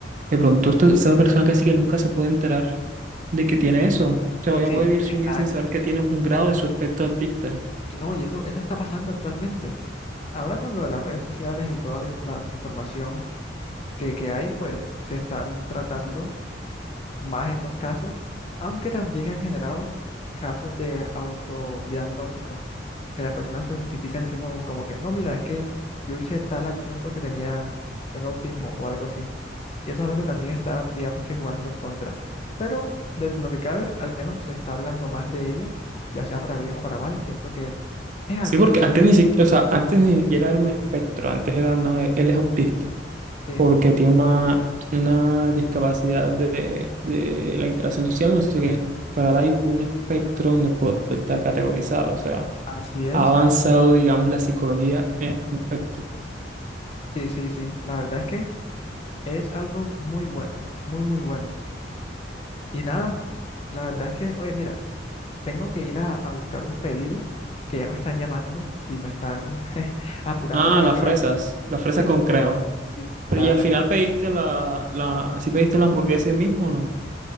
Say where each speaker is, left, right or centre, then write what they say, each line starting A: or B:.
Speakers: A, on the right; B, on the left.
A: De pronto usted- esa persona casi que nunca se puede enterar de que tiene eso. O sea, ella
B: Sí,
A: puede vivir su
B: exacto.
A: vida sin saber que tiene un grado de su espectro autista.
B: Y no, y eso, eso está pasando actualmente. Ahora con lo de las redes sociales y toda la, la información que, que hay, pues se están tratando más estos casos, aunque también han generado casos de autodiagnóstico, que las personas se justifican diciendo como que, no, mira, es que yo hice tal acción porque tenía, tengo autismo o algo así. Y eso es algo que también está, digamos que jugando en contra. Pero dentro de lo que cabe, al menos se está hablando más de ello, ya sea para bien o para mal. Siento que es algo
A: Sí, porque
B: que,
A: antes ni siquiera, o sea, antes ni siquiera era un espectro, antes era, no, él es autista.
B: eh,
A: porque tiene una, una discapacidad de, de la interacción social, no sé qué, pero ahora hay un espectro donde puede estar categorizado, o sea,
B: así es,
A: ha avanzado,
B: as-
A: digamos, la psicología en el espectro.
B: sí, sí, sí. La verdad es que es algo muy bueno, muy, muy bueno. Y nada, la verdad es que, oye, mira, tengo que ir a, a buscar un pedido que ya me están llamando y me están <laughs> apurando
A: Ah,
B: para
A: las
B: que
A: fresas,
B: veas.
A: las fresas
B: Sí,
A: con crema.
B: sí,
A: Pero
B: la
A: y
B: verdad
A: al final
B: es que
A: pediste la, la, si pediste la hamburguesa ahí mismo o no?